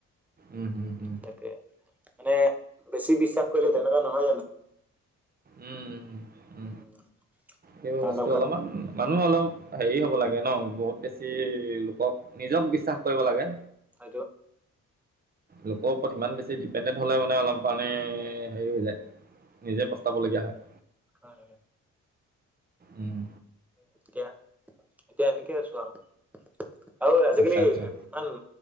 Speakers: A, on the right (about 30°); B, in the centre.
A: উম হম হম।
B: তাকে মানে বেছি বিশ্বাস কৰিলে তেনেকুৱা নহয় জানো?
A: উম উ
B: উম
A: সেইবোৰ
B: তাঁৰডাল
A: বস্তু অলপমান
B: কাট
A: মানুহ অলপ হেৰি হব লাগে ন বহুত বেছি লোকক নিজক বিশ্বাস কৰিব লাগে।
B: আ
A: লোকৰ ওপৰত ইমান বেছি ডিপেণ্ডেণ্ট হলে মানে অলম পণে হেৰি হৈ যায়। নিজে পস্তাবলগীয়া হয়।
B: হয় হয়
A: উম,
B: এতিয়া এতিয়া এনেকে আছো আৰু। আৰু আজিকালি
A: আচ্ছা আচ্ছা
B: ইমান